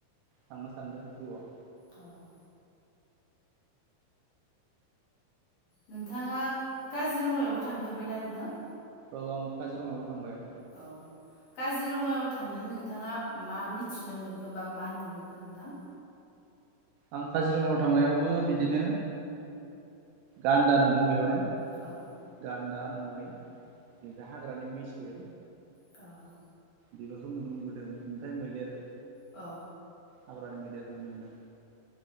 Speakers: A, on the right; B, on the left.
A: थांनो सानदों जिउआव
B: औ नोंथाङा काजिरङायावबो थांफेरबायना नोंथां।
A: औ आं काजिरङायावबो थांबाय।
B: औ काजिरङायाव थांनानै नोंथाङा मा मिथिनो मोनखो बा मा नुबोखो नोंथां।
A: आं काजिरङायाव थांनायावबो बिदिनो गान्दा नुदों बेवहाय
B: औ
A: गान्दा मै बि हाग्रानि मैसो।
B: औ
A: बेबारफोरखौ नुनो मोनबोदों खुथाइ मैदेर
B: औ
A: हाग्रानि मेदैर नुदों।